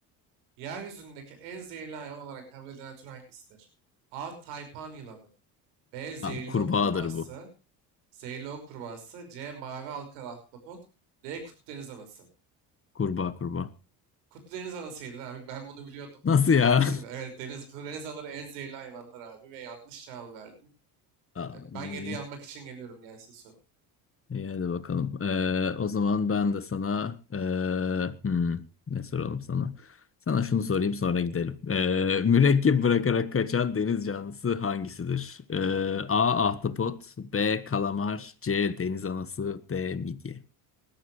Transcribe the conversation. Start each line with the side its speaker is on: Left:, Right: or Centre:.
Right: Yeryüzündeki en zehirli hayvan olarak kabul edilen tür hangisidir? A. Taypan yılanı. B. Zehirli
Left: Abi kurbağadır
Right: ok kurbağası.
Left: bu.
Right: Zehirli ok kurbağası. C. Mavi halkalı ahtapot. D. Kutu deniz anası.
Left: Kurbağa kurbağa.
Right: Kutu deniz anasıydı abi. Ben bunu biliyordum.
Left: Nasıl ya?
Right: Sen nasıl biliyorsun? Evet deniz, kutu deniz anaları en zehirli hayvanlar abi ve yanlış cevabı verdin.
Left: <laughs>
Right: E, Ben
Left: Abi.
Right: 7 yapmak için geliyorum gelsin sorum.
Left: İyi hadi bakalım. Ee, o zaman ben de sana ee, hmm, ne soralım sana? Sana şunu sorayım sonra gidelim. Ee, mürekkep bırakarak kaçan deniz canlısı hangisidir? Ee, A. Ahtapot B. Kalamar C. Deniz anası D. Midye